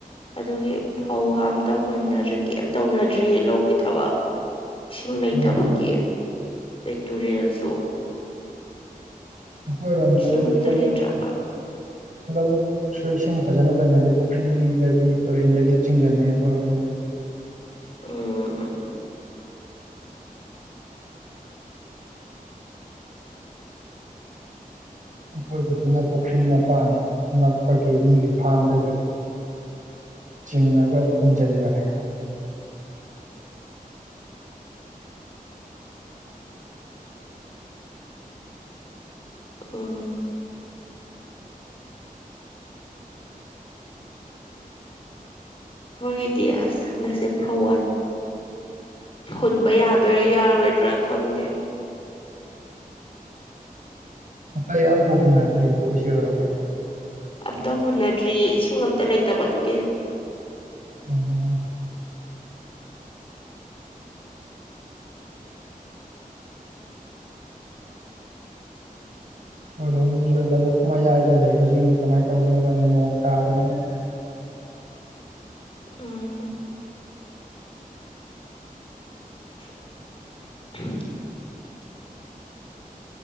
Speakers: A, on the left; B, on the right.
A: ꯑꯗꯨꯒꯤ ꯐꯧꯒ ꯑꯝꯇ ꯍꯨꯟꯅꯗ꯭ꯔꯤ ꯀꯩꯝ ꯇꯧꯅꯗ꯭ꯔꯤꯌꯦ ꯂꯧꯒꯤ ꯊꯕꯛ ꯏꯁꯤꯡ ꯂꯩꯇꯕꯒꯤ
B: ꯑꯣ
A: ꯗꯩ ꯇꯨꯔꯦꯜꯁꯨ
B: ꯑꯩꯈꯣꯏꯔꯣꯝꯁꯨ
A: ꯏꯁꯤꯡ
B: ꯍꯤꯔꯨꯞ
A: ꯑꯝꯇ ꯂꯩꯇ꯭ꯔꯕ
B: ꯂꯕꯨꯛꯁꯨ ꯏꯁꯤꯡ ꯐꯖꯅ ꯂꯩꯅꯗꯦ ꯄꯨꯈ꯭ꯔꯤꯗꯒꯤ ꯇꯨꯔꯦꯟꯗꯒꯤ ꯆꯤꯡꯁꯤꯟꯅꯩ ꯑꯩꯈꯣꯏꯔꯣꯝꯒꯤꯗꯤ
A: ꯑꯝꯝ
B: ꯑꯩꯈꯣꯏꯒꯤꯗꯨꯅ ꯄꯨꯈ꯭ꯔꯤ ꯃꯄꯥꯟ ꯅꯛꯄꯒꯤ ꯃꯤꯒꯤ ꯐꯥꯝꯗꯒꯤ ꯆꯤꯡꯉꯒ ꯍꯨꯟꯖꯤꯟꯈꯔꯦ
A: ꯎꯝ ꯑꯩꯈꯣꯏꯒꯤꯗꯤ ꯑꯁ ꯍꯟꯗꯛꯁꯦ ꯐꯧꯋꯥꯠ ꯍꯨꯟꯕ ꯌꯥꯗꯣꯏꯔꯥ ꯌꯥꯔꯣꯏꯗ꯭ꯔꯥ ꯈꯪꯗꯦ
B: ꯑꯇꯩ ꯑꯝꯕꯧ ꯍꯨꯟꯅꯗꯔ꯭ꯤꯕꯣ ꯏꯆꯦ ꯍꯣꯏ ꯔꯣꯝꯒꯤ
A: ꯑꯝꯇ ꯍꯨꯟꯅꯗ꯭ꯔꯤꯌꯦ ꯏꯁꯤꯡ ꯑꯝꯇ ꯂꯩꯇꯕ ꯑꯗꯨꯒꯤ
B: ꯎꯝ ꯈꯣꯏꯔꯣꯝꯒꯤꯁꯨ ꯂꯧꯕꯨꯛ ꯃꯌꯥꯏꯗ ꯂꯩꯕꯁꯤꯡꯁꯦ ꯀꯃꯥꯏꯅ ꯇꯧꯗꯣꯏꯅꯣ ꯈꯪꯗꯦ ꯅꯣꯡ ꯇꯥꯗꯝꯅꯤꯅ
A: <inaudible> ꯎꯝ <unintelligible>